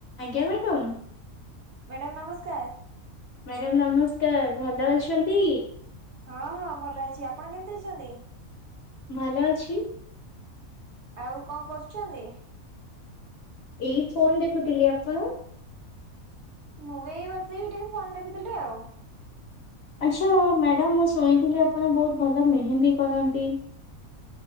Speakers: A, on the left; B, on the right.
A: ଆଜ୍ଞା madam.
B: Madam ନମସ୍କାର।
A: Madam ନମସ୍କାର। ଭଲ ଅଛନ୍ତି?
B: ହଁ ହଁ ଭଲ ଅଛି। ଆପଣ କେମିତି ଅଛନ୍ତି?
A: ଭଲ ଅଛି।
B: ଆଉ କଣ କରୁଛନ୍ତି?
A: ଏଇ ଫୋନ୍ ଦେଖୁଥିଲି। ଆପଣ?
B: ମୁଁ ଏଇ ବସିକି ଟିକେ ଫୋନ ଦେଖୁଥିଲି ଆଉ।
A: ଆଚ୍ଛା ମ୍ୟାଡ଼ାମ ମୁଁ ଶୁଣିଥିଲି ଆପଣ ବହୁତ ଭଲ ମେହେନ୍ଦୀ କରନ୍ତି।